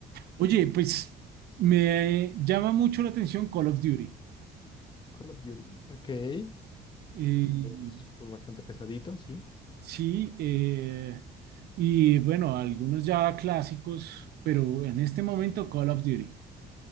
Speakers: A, on the right (about 70°); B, on the left (about 25°).
A: Oye, pues me llama mucho la atención Call of Duty.
B: Call of Duty. Ok. Eh,
A: Eh,
B: es un juego bastante pesadito, sí.
A: Sí, eh, y bueno, algunos ya clásicos, pero en este momento Call of Duty